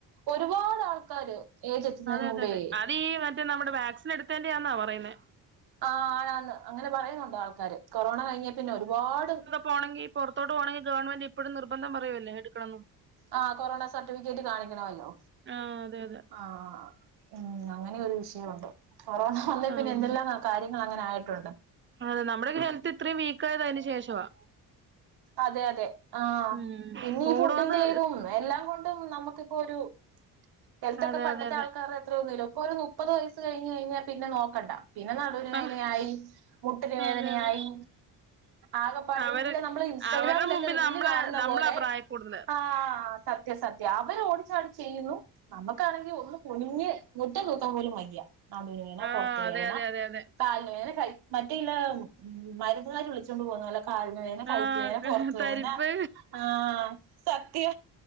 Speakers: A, on the right; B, on the right.
A: ഒരുപാട് ആൾക്കാര് ഏജ് എത്തുന്നതിന്
B: അതെ
A: മുമ്പേ
B: അതെ അതെ അത ഈ മറ്റേ നമ്മുടെ വാക്സിൻ എടുത്തേണ്ടാന്നാ പറയുന്ന
A: ആ ആണാന്ന് അങ്ങനെ പറയുന്നുണ്ട് ആൾക്കാര് കൊറോണ കഴിഞ്ഞ പിന്നെ ഒരുപാട്
B: പോണെങ്കിൽ പൊറത്തട്ട് പോണെങ്ക ഗവൺമെന്റ് ഇപ്പോഴ നിർബന്ധം പറയുവല്ലേ എടുക്കണംന്ന്
A: ആഹ് കൊറോണ സർട്ടിഫിക്കറ്റ് കാണിക്കണമല്ലോ
B: ആഹ് അതെ അതെ
A: ആഹ് ഉം അങ്ങനെ ഒരു വിഷയമുണ്ട് കൊറോണ വന്നെൽ
B: ആഹ്
A: പിന്നെ എന്തെല്ലാം കാര്യങ്ങൾ അങ്ങനെ ആയിട്ടുണ്ട്
B: അതെ നമ്മുടെ ഹെൽത്ത് ഇത്രയും വീക്കായത് അതിനന് ശേഷവാ
A: അതെ അതെ ആഹ്
B: ഉം
A: പിന്നെ
B: കോവിഡ്
A: ഈ ഫുഡിന്റെ
B: വന്ന്
A: ഇതും എല്ലാം കൊണ്ടും നമുക്ക് ഒരു ഹെൽത്തൊക്കെ
B: അതെ
A: പണ്ടത്തെ
B: അതെ അതെ
A: ആൾക്കാരുടെ എത്ര ഇപ്പോ ഒരു മുപ്പത് വയസ്സ് കഴിഞ് കഴിഞ്ഞാൽ പിന്നെ നോക്കണ്ട പിന്നെ നടുവിന് വേദനയായി
B: ആഹ്
A: മുട്ടന് വേദനയായി
B: അതെ അതെ
A: ആകപ്പാടി
B: അവര്
A: നമ്മള് ഇൻസ്റ്റാഗ്രാമിലൊക്കെ
B: അവരുടെ മുമ്പിൽ
A: റീൽ
B: നമ്മള
A: കാണുന്ന
B: നമ്മളാ
A: പോലെ
B: പ്രായ കൂടുതല്
A: ആഹ് സത്യ സത്യം അവർ ഓടിച്ചാടി ചെയ്യുന്നു നമുക്കാണെങ്കിൽ ഒന്ന് കുനിഞ്ഞ് മുറ്റം തൂക്കാൻ പോലും വയ നടുന് വേദന
B: ആഹ്
A: പൊറത്
B: അതെ
A: വേദന
B: അതെ അതെ അതെ
A: കാലിന് വേദനെ കൈ മറ്റേല്ല മരുന്നുകാര് വിളിച്ചുകൊണ്ട് പോകുന്നു അല്ല കാലിന് വേദനെ കൈ
B: ആഹ്
A: ന പൊറത്തു
B: തരിപ്പ്
A: വെദന ആഹ് സത്യ